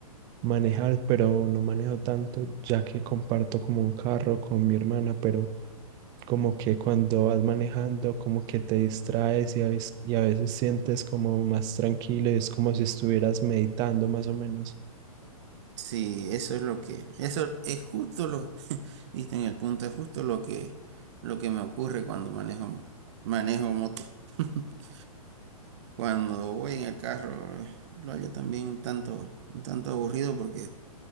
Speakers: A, on the right; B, on the right.
A: manejar, pero no manejo tanto, ya que comparto como un carro con mi hermana, pero como que cuando vas manejando, como que te distraes y a veces, y a veces sientes como más tranquilo y es como si estuvieras meditando más o menos.
B: Sí, eso es lo que, eso es justo lo, <laughs> diste en el punto, es justo lo que, lo que me ocurre cuando manejo, manejo moto. <laughs> Cuando voy en el carro, eh, lo hallo también un tanto, un tanto aburrido porque